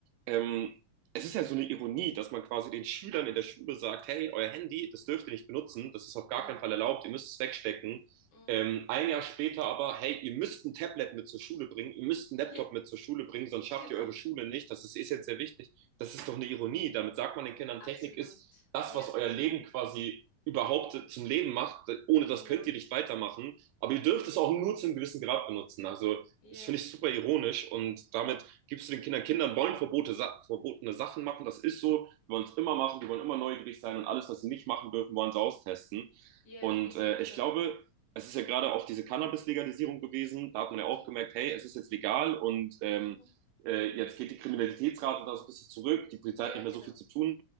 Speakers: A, on the right; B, on the left.
A: Ähm, es ist ja so eine Ironie, dass man quasi den Schülern in der Schule sagt, hey, euer Handy, das dürft ihr nicht benutzen, das ist auf
B: Genau.
A: gar keinen Fall erlaubt, ihr müsst es wegstecken.
B: Mm,
A: Ähm, ein Jahr später aber, hey, ihr müsst ein Tablet mit zur Schule bringen, ihr müsst einen Laptop
B: ja,
A: mit zur Schule bringen, sonst schafft
B: genau.
A: ihr eure Schule nicht, das ist essentiell wichtig. Das ist doch eine Ironie. Damit sagt man den Kindern,
B: Absolut.
A: Technik ist das,
B: Ja,
A: was euer Leben quasi überhaupt zum Leben macht. Ohne das
B: genau.
A: könnt ihr nicht weitermachen. Aber ihr dürft es auch nur zu einem gewissen Grad benutzen. Also
B: Ja,
A: das finde ich super ironisch und damit gibst du den Kindern, Kindern wollen Verbote, verbotene Sachen machen, das ist so, die wollen es immer machen, die wollen immer neugierig sein und alles, was sie nicht machen dürfen, wollen sie austesten.
B: ja,
A: Und
B: ist
A: äh,
B: ja klar.
A: ich glaube, es ist ja gerade auch diese Cannabis-Legalisierung gewesen, da hat man
B: Okay.
A: ja auch gemerkt, hey, es ist jetzt legal und ähm,
B: Mhm.
A: äh, jetzt geht die Kriminalitätsrate da so ein bisschen zurück, die Polizei
B: Ja,
A: hat nicht mehr
B: genau.
A: so viel zu tun.